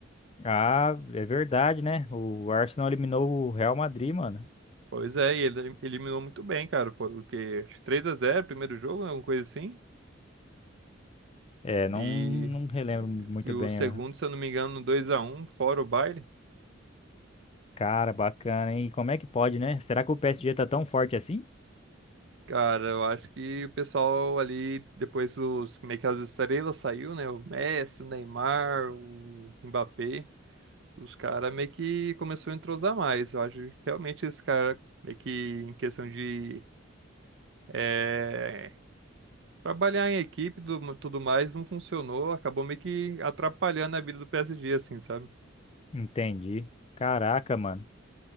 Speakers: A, on the left; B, on the right.
A: Ah, é verdade, né? O Arsenal eliminou o Real Madrid, mano.
B: Pois é, e ele eliminou muito bem, cara. Foram o quê? Acho que três a zero primeiro jogo, né? alguma coisa assim.
A: É, não,
B: E,
A: não relembro muito
B: e o
A: bem
B: segundo, se eu não me engano, dois a um, fora o baile.
A: Cara, bacana, hein? E como é que pode, né? Será que o PSG tá tão forte assim?
B: Cara, eu acho que o pessoal ali, depois os, meio que as estrelas saiu, né? O Messi, o Neymar, o Mbappé. Os caras meio que começou a entrosar mais. Eu acho que realmente esse cara meio que em questão de eh, trabalhar em equipe e tudo tudo mais não funcionou. Acabou meio que atrapalhando a vida do PSG, assim, sabe?
A: Entendi. Caraca, mano.